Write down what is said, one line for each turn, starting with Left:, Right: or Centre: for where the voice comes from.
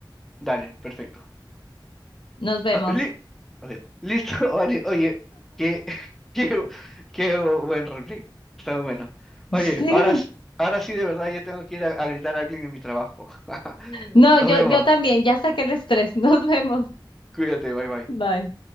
Centre: Dale, perfecto.
Left: Nos vemos.
Centre: Ah, li- o sea, Listo, <laughs> Vani. Oye, qué, <laughs> qué, qué buen roleplay. Está muy bueno. Oye,
Left: Sí.
Centre: ahora, s- ahora sí de verdad ya tengo que ir a, a gritar a alguien en mi trabajo. <laughs>
Left: No,
Centre: Nos
Left: yo,
Centre: vemos.
Left: yo también, ya saqué el estrés. <laughs> Nos vemos.
Centre: Cuídate, bye bye.
Left: Bye.